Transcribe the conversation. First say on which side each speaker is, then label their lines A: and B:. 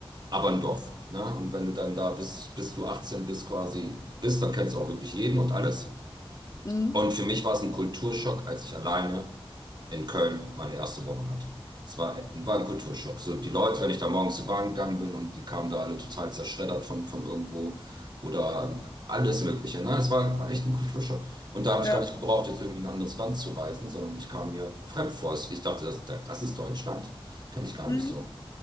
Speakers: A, on the right; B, on the left.
A: aber ein Dorf. Ne? Und wenn du dann da bist, bis du 18 bist quasi bist, dann kennst du auch wirklich jeden und alles.
B: hm,
A: Und für mich war es ein Kulturschock, als ich alleine in Köln meine erste Wohnung hatte. Es war, war ein Kulturschock. So die Leute, wenn ich da morgens zur Bahn gegangen bin und die kamen da alle total zerschreddert von, von irgendwo oder alles Mögliche. Ne? Es war, war echt ein Kulturschock. Und da habe
B: ja,
A: ich gar nicht gebraucht, jetzt irgendwie in ein anderes Land zu reisen, sondern ich kam mir fremd vor. Ich dachte, das, das ist Deutschland. Kenne ich gar
B: hm,
A: nicht so.